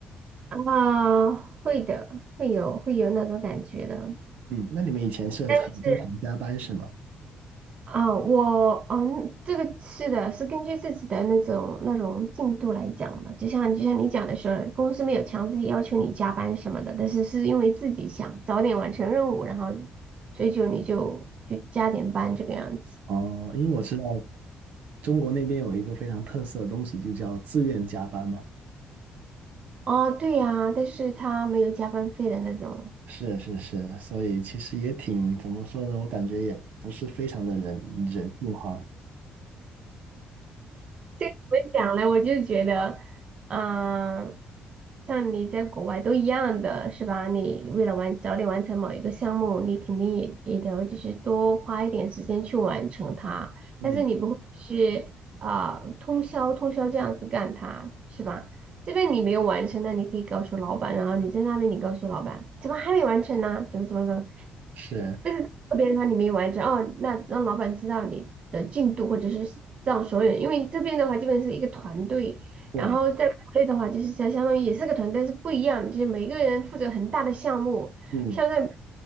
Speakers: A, on the right; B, on the right.
A: 啊、会的，会有会有那种感觉的。
B: 嗯，那你们以前是很经常加班是吗？
A: 但是。啊，我嗯，这个是的，是根据自己的那种那种进度来讲的。就像就像你讲的是，公司没有强制要求你加班什么的，但是是因为自己想早点完成任务，然后所以就你就就加点班这个样子。
B: 哦，因为我知道中国那边有一个非常特色的东西，就叫自愿加班嘛。
A: 哦，对呀，但是他没有加班费的那种。
B: 是是是，所以其实也挺，怎么说呢？我感觉也不是非常的人人性化。
A: 这怎么讲呢？我就觉得，嗯，像你在国外都一样的是吧？你为了完早点完成某一个项目，你肯定也也得就是多花一点时间去完成它，
B: 嗯，
A: 但是你不会是啊、通宵通宵这样子干它是吧？这边你没有完成，那你可以告诉老板，然后你在那边你告诉老板，怎么还没完成呢？怎么怎么怎么？
B: 是，
A: 但是个别的话你没完成哦，那让老板知道你的进度，或者是让所有人，因为这边的话基本是一个团队，
B: 对，
A: 然后在国内的话就是相相当于也是个团队，但是不一样的，就是每个人负责很大的项目，
B: 嗯，
A: 像在